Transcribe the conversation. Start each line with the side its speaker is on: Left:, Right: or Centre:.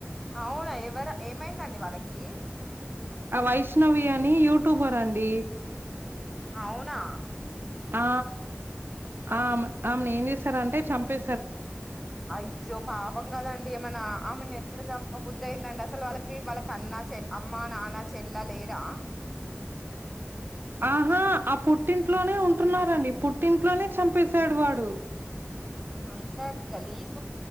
Centre: అవున ఎవరు ఏమైందండి వాళ్లకి.
Right: అ వైష్ణవి అని యూట్యూబర్ అండి
Centre: అవునా
Right: అ ఆమె ఆమెను ఏం చేసారంటే చంపే
Centre: అయ్యో పాపం కదండి అమనా ఆమెను ఎట్ల చంప బుద్ది అయిందండి అ సలు వాళ్లకి వాళ్లకి అన్న చె అమ్మా నాన్న చెల్ల లేరా
Right: అహా ఆ పుట్టింట్లోనే ఉంటున్నారు అండి పుట్టింట్లోనే చంపేశాడు వాడు
Centre: అంత గలీజ్